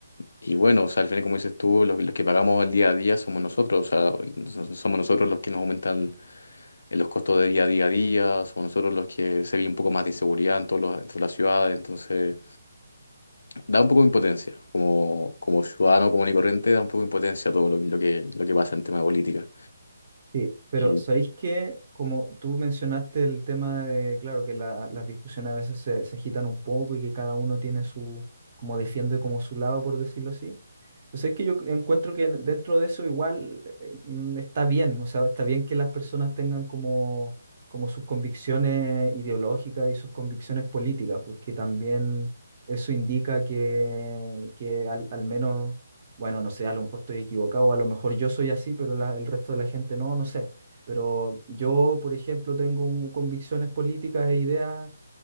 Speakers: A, on the left; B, on the right.
A: y bueno, o sea, al final, como dices tú, los, los que pagamos el día a día somos nosotros. O sea, so- somos nosotros los que nos aumentan eh, los costos de vida día a día. Somos nosotros los que se ve un poco más de inseguridad en, todos los- en todas las ciudades. Entonces, da un poco de impotencia. Como, como ciudadano común y corriente, da un poco de impotencia todo lo, que- lo que, lo que pasa en tema de política.
B: Sí, pero
A: Y
B: ¿sabéis que Como tú mencionaste el tema de, claro, que la- las discusiones a veces se, se agitan un poco y que cada uno tiene su, como defiende como su lado, por decirlo así. Pues es que yo encuentro que dentro de eso igual eh, mm, está bien, o sea, está bien que las personas tengan como, como sus convicciones ideológicas y sus convicciones políticas, porque también eso indica que, que al, al menos, bueno, no sé, a lo mejor estoy equivocado, a lo mejor yo soy así, pero la- el resto de la gente no, no sé. Pero yo, por ejemplo, tengo convicciones políticas e ideas